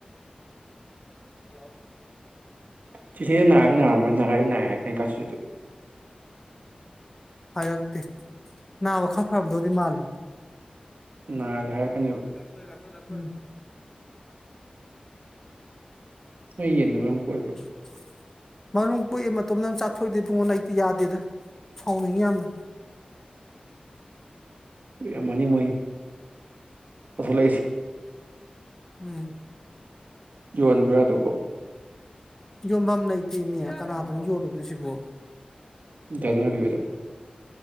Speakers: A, on the left (about 15°); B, on the right (about 75°).
A: ꯌꯥ
B: ꯁꯤꯤꯁꯦꯅꯥꯏ ꯅꯥꯔꯃꯣꯏ ꯍꯏ ꯅꯥꯏ ꯍꯥꯏ ꯀꯩꯅꯩ ꯀꯥꯁꯨꯗꯣ
A: ꯍꯥꯏꯛꯇ ꯅꯥ ꯃꯈ ꯈꯥ ꯐꯝꯗꯧꯗꯤ ꯃꯥꯜꯂꯦ
B: ꯅꯔ ꯀ
A: ꯂꯥꯛꯣꯏ ꯂꯥꯛꯀꯣꯏ ꯂꯥꯛꯈꯣꯏꯅꯤ
B: ꯅꯣꯏ ꯌꯦꯟꯗꯦ ꯃꯔꯝ ꯀꯣꯏꯕ
A: ꯍꯧꯆ ꯑꯗꯨ ꯃꯔꯨꯝ ꯀꯣꯛꯑ ꯃꯇꯝꯗ ꯑꯗꯨ ꯆꯥꯊꯣꯛꯏꯗꯦ ꯐꯨꯡꯉꯣꯟ ꯂꯩꯇ ꯌꯥꯗꯦꯗ ꯁꯥꯎꯅꯤꯡꯉꯤ ꯌꯥꯝꯅ
B: ꯀꯨꯏ ꯑꯃꯅꯤ ꯃꯣꯏ ꯄꯨꯊꯂꯛꯏꯁꯤ
A: ꯎꯝ
B: ꯌꯣꯟꯈ꯭ꯔꯥꯗ ꯀꯣ
A: ꯌꯣꯟꯐꯝ ꯂꯩꯇꯦꯅꯦ ꯀꯅꯥꯗꯝ ꯌꯣꯜꯂꯨꯗꯣꯏꯁꯤꯕꯣ
B: ꯗꯥꯏꯅꯕꯤꯍꯣꯏꯗ